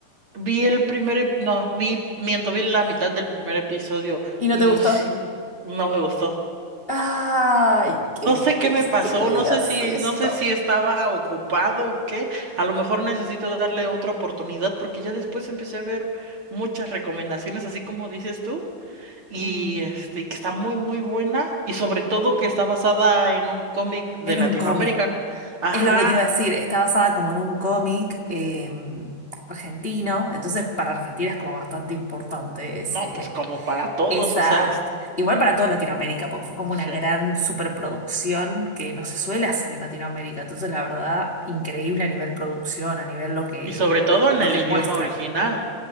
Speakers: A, on the right; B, on the left.
A: vi el primer, ep- no, vi, miento, vi la mitad del primer episodio
B: Y no
A: y
B: te gustó.
A: sí, no me gustó.
B: Ay, qué
A: No sé qué
B: triste
A: me pasó,
B: que me
A: no
B: digas
A: sé si,
B: esto.
A: no sé si estaba ocupado o qué. A lo mejor necesito darle otra oportunidad porque ya después empecé a ver muchas recomendaciones, así como dices tú, y
B: Mm,
A: este, y que está muy, muy buena y sobre todo que está basada en un cómic de
B: en
A: Latinoamérica,
B: un cómic.
A: ¿no? Ajá,
B: Es lo que te iba a decir, está basada como en un cómic eh, argentino, entonces para Argentina es como bastante importante ese,
A: no, pues como para todos,
B: esa,
A: o sea, es-
B: igual para toda Latinoamérica, porque fue como
A: sí,
B: una gran
A: sí.
B: superproducción que no se suele hacer en Latinoamérica, entonces la verdad, increíble a nivel producción, a nivel lo que,
A: Y sobre todo en
B: lo
A: el
B: que
A: idioma
B: muestra.
A: original.